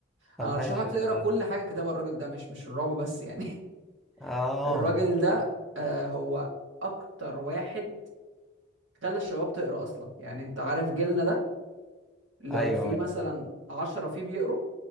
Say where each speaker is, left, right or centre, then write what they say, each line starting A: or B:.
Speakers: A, in the centre; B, on the right.
A: طب
B: انا
A: ماشي
B: ارشح لك تقرا
A: لا لا.
B: كل حاجه كتبها الراجل ده مش مش الرعب بس يعني
A: اه
B: <laughs> الراجل ده آه هو اكتر واحد خلى الشباب تقرا اصلا يعني انت عارف جيلنا ده لو
A: ايوه
B: في
A: ايوه
B: مثلا عشرة فيه بيقروا